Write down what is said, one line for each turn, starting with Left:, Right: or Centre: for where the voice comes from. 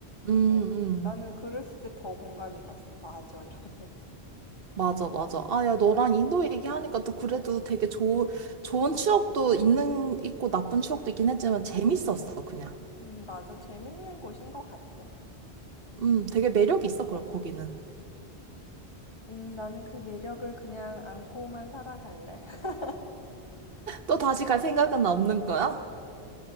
Right: 음,
Left: 그래서 음,
Right: 음.
Left: 응. 나는 그랬을 때 더 공감이 갔어. 맞아, 이러면서.
Right: 맞아, 맞아. 아, 야, 너랑 인도 얘기하니까 또 그래도 되게 좋은, 좋은 추억도 있는, 있고 나쁜 추억도 있긴 했지만 재밌었어, 그냥.
Left: 음, 맞아. 재밌는 곳인 것 같아.
Right: 음, 되게 매력 있어, 거- 거기는.
Left: 음, 나는 그 매력을 그냥 안고만 살아갈래. <laughs>
Right: 또 다시 갈 생각은 없는 거야?